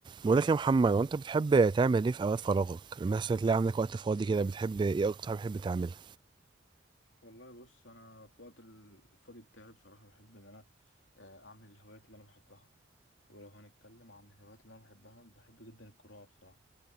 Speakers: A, on the right; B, on the left.
A: بقولك يا محمد وانت بتحب تعمل ايه في اوقات فراغك لما مثلا تلاقي عندك وقت فاضي كده بتحب ايه اكتر حاجه بتحب تعملها
B: والله بص انا في وقت ال- الفاضي بتاعي بصراحه بحب ان انا آه، اعمل الهوايات اللي انا بحبها ولو هنتكلم عن الهوايات اللي انا بحبها بحب جدا القراءه بصراحه